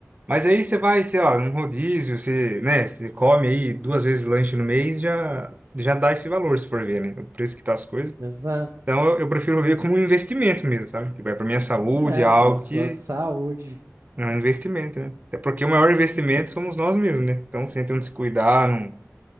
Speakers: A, on the right; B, on the right.
A: Mas aí você vai, sei lá, num rodízio, você, né, você come aí duas vezes lanche no mês, já, já dá esse valor, se for ver, né? O preço que tá as coisas.
B: Exato.
A: Então eu, eu prefiro ver como um investimento mesmo, sabe? Que vai para minha saúde,
B: É,
A: é algo
B: para sua
A: que
B: saúde,
A: é um investimento, né? Até porque o maior investimento somos nós mesmos, né? Então sem ter um descuidar, não,